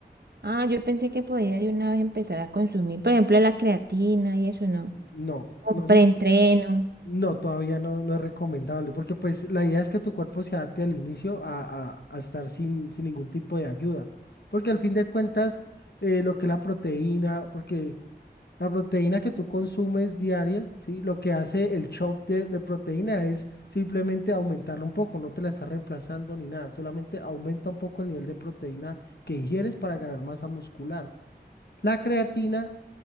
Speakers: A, on the right; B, on the left.
A: ah, yo pensé que podía de una vez empezar a consumir, por ejemplo, la creatina y eso no.
B: no,
A: Un
B: nosotros
A: preentreno.
B: no, todavía no, no es recomendable, porque pues la idea es que tu cuerpo se adapte al inicio a, a- a estar sin, sin ningún tipo de ayuda, porque al fin de cuentas, eh, lo que es la proteína, porque La proteína que tú consumes diaria, ¿sí? Lo que hace el chop de, de proteína es simplemente aumentarla un poco, no te la está reemplazando ni nada, solamente aumenta un poco el nivel de proteína que ingieres para ganar masa muscular. La creatina